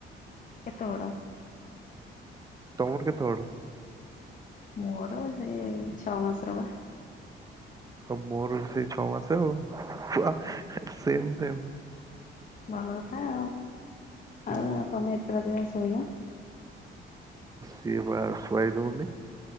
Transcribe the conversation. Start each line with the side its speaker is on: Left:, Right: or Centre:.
Left: କେତେ ବଡ଼?
Right: ତମର କେତେବଡ?
Left: ମୋର ସେଇ ଛଅ ମାସ ର ବା।
Right: ଆଉ ମୋର ସେଇ ଛଅ ମାସ ଆଉ ସେମ ସେମ।
Left: ଭଲ କଥା ଆଉ
Right: ହୁଁ
Left: ଆଉ ତମେ ଏତେ ରାତି ଯାଏ ଶୋଇନ।
Right: ସିଏ ବା ଶୁଆଇ ଦଉନି।